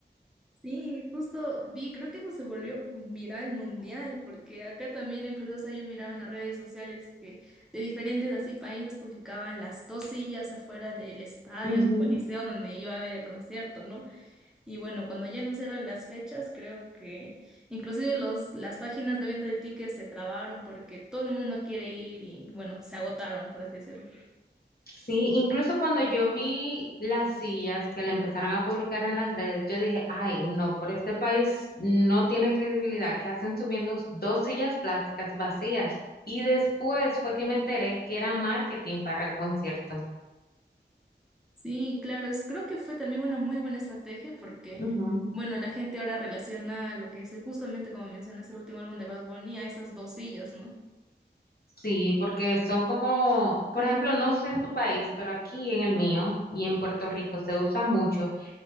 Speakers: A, in the centre; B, on the left.
A: Sí, justo vi, creo que eso se volvió viral mundial, porque acá también en Perú, o sea, yo miraba en las redes sociales que de diferentes así países publicaban las dos sillas afuera del estadio,
B: Ujú.
A: del coliseo donde iba a ver el concierto, ¿no? Y bueno, cuando ya anunciaron las fechas, creo que inclusive los, las páginas de venta de tickets se trabaron porque todo el mundo quiere ir y bueno, se agotaron, por así decirlo.
B: Sí, incluso cuando yo vi las sillas que la empezaron a publicar en las redes, yo dije, ay, no, pero este país no tiene credibilidad. ¿Qué hacen subiendo dos sillas plásticas vacías? Y después fue que me enteré que era marketing para el concierto.
A: Sí, claro, es- creo que fue también una muy buena estrategia porque,
B: Ujú.
A: bueno, la gente ahora relaciona lo que es eh, justamente como mencionas el último álbum de Bad Bunny a esas dos sillas, ¿no?
B: Sí, porque son como, por ejemplo, no sé en tu país, pero aquí en el mío y en Puerto Rico se usa mucho